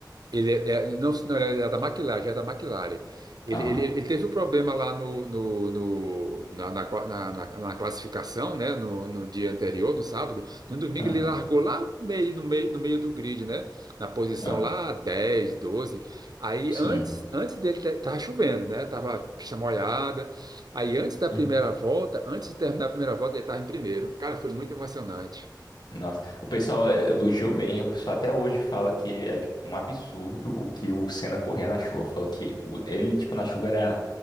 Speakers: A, on the right; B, on the left.
A: Ele é, é- não, não, ele é da McLaren, já é da McLaren. Ele,
B: Ah,
A: ele, ele teve um problema lá no, no, no- na, na, qua- na- na- na classificação, né? No, no dia anterior, no sábado. No domingo
B: ah,
A: ele largou lá no meio, no meio, no meio do grid, né? Na posição
B: ah,
A: lá dez doze Aí
B: sim.
A: antes, antes dele tá tava chovendo, né? Tava chamoyada. Aí antes da primeira
B: Uhum.
A: volta, antes de terminar a primeira volta, ele tava em primeiro. Cara, foi muito emocionante.
B: Nossa, o pessoal eh, elogiou bem, o pessoal até hoje fala que é tipo um absurdo o que o Senna corria na chuva. Falou que o-
A: É,
B: ele, tipo, na chuva era,